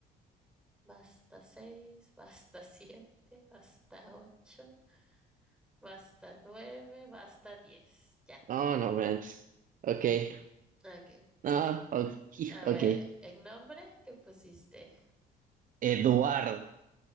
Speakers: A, in the centre; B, on the right.
A: basta seis, basta siete, basta ocho, basta nueve, basta diez.
B: No, no, man. Ok.
A: Ok.
B: No, ok.
A: A ver,
B: ok.
A: el nombre que pusiste.
B: Eduardo.